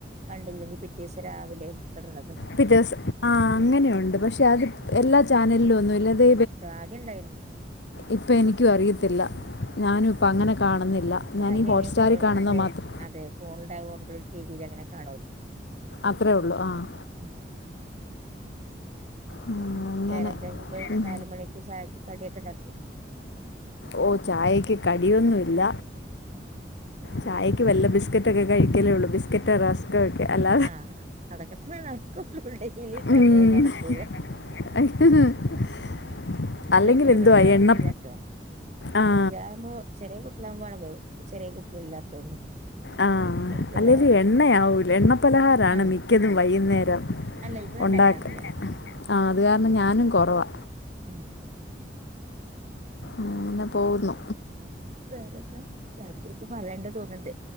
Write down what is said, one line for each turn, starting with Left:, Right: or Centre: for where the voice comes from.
Right: കണ്ടില്ലെങ്കിൽ പിറ്റേ ദിവസം രാവിലെ ഇടണത്
Left: പിറ്റേസം ആഹ് അങ്ങനെയുണ്ട് പക്ഷെ അത് എല്ലാ ചാനലിലും ഒന്നും ഇല്ല അത്
Right: ആദ്യണ്ടായിരുന്നു
Left: ഇപ്പം എനിക്കും അറിയത്തില്ല ഞാനും ഇപ്പോം അങ്ങനെ കാണുന്നില്ല
Right: ഇപ്പൊ
Left: ഞാനീ
Right: ആദ്യം
Left: ഹോട്ട് സ്റ്റാറിൽ
Right: ഫോ
Left: കാണുന്ന
Right: ഫോ
Left: മാത്രം
Right: അതെ ഫോൺ ഉണ്ടാവുകൊണ്ട് ടിവീലങ്ങനെ കാണൂല
Left: അത്രേ ഉള്ളൂ ആഹ്
Right: ഉം
Left: ആ,
Right: പിന്നെ
Left: അങ്ങനെ
Right: വേറെ എന്താ ഇഞ്ഞിപ്പൊ
Left: ഉം.
Right: നാലുമണിക്ക് ചായക്ക് കടിയൊക്കെ ഇണ്ടാക്കോ
Left: ഓഹ് ചായക്ക് കടിയൊന്നുല്ല
Right: ഉം
Left: ചായയ്ക്ക് വല്ല ബിസ്ക്കറ്റൊക്കെ കഴിക്കലേള്ളൂ ബിസ്ക്കറ്റ് റസ് ക്കൊക്കെ അല്ലാ
Right: ആഹ് അതൊക്കെത്ര നടക്കൂള്ളൂ ഡെയിലി ഇണ്ടാക്കല്
Left: ഉം.
Right: നടക്കൂല
Left: <unintelligible>
Right: അല്ലേ പിന്നെ
Left: എന്തുവാ
Right: ഇവിടെ വേണന്നില്ലട്ടോ
Left: എണ്ണ ആ
Right: കുട്ടികളാവുമ്പോ ചെറിയ കുട്ടികളാവുമ്പോ ചെറിയ കുട്ടികളില്ലാത്തോണ്ട്
Left: ആഹ്
Right: വെറുക്കുന്ന
Left: അല്ലേലും എണ്ണയാവൂല എണ്ണ പലഹാരാണ്
Right: ആഹ്
Left: മിക്ക ക്കതും വൈകുന്നേരം
Right: അല്ല ഇവിടെ ഉണ്ടാക്കാറില്ല
Left: ഉണ്ടാക്കാം ആഹ് അത് കാരണം ഞാനും കൊറവാ
Right: ഉം
Left: അങ്ങനെ പോവുന്നു
Right: വേറെന്താ രാത്രിക്ക് മഴയുണ്ട് തോന്ന്ണ്ട്